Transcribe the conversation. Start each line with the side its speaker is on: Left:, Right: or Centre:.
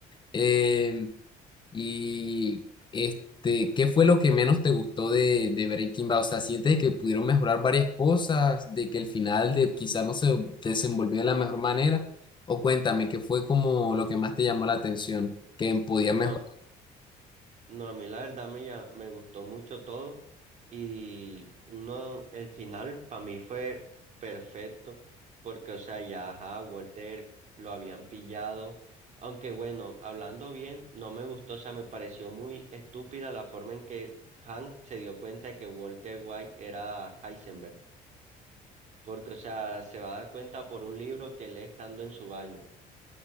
Left: Em, Y este, ¿qué fue lo que menos te gustó de, de Breaking Bad? O sea, ¿sientes que pudieron mejorar varias cosas, de que el final de quizás no se desenvolvió de la mejor manera? O cuéntame, ¿qué fue como lo que más te llamó la atención, que podía
Right: no,
Left: mejorar?
Right: a- no, a mí la verdad me, llam- me gustó mucho todo y uno, el final para mí fue perfecto porque, o sea, ya, ajá, Walter lo habían pillado, aunque bueno, hablando bien, no me gustó, o sea, me pareció muy estúpida la forma en que Hank se dio cuenta de que Walter White era Heisenberg, porque, o sea, se va a dar cuenta por un libro que lee estando en su baño.